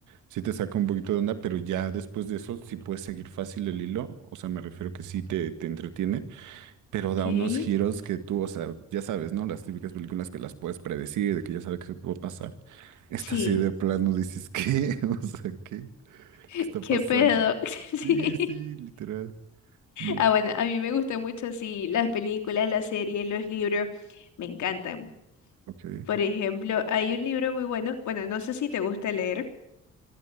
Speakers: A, on the right; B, on the left.
A: sí te saca un poquito de onda, pero ya después de eso sí puedes seguir fácil el hilo. O sea, me refiero que sí te, te entretiene, pero da
B: ¿Qué?
A: unos giros que tú, o sea, ya sabes, ¿no? Las típicas películas que las puedes predecir, de que ya sabes que se puede pasar. Esta
B: Sí.
A: sí de plano dices, ¿qué? <laughs> O sea, ¿qué?
B: <laughs>
A: ¿Qué está
B: ¿Qué
A: pasando?
B: pedo? <laughs> Sí.
A: Sí, sí, literal. No,
B: Ah, bueno, a mí me gustan mucho, sí, las películas, las series, los libros, me encantan.
A: ok.
B: Por ejemplo, hay un libro muy bueno, bueno, no sé si te gusta leer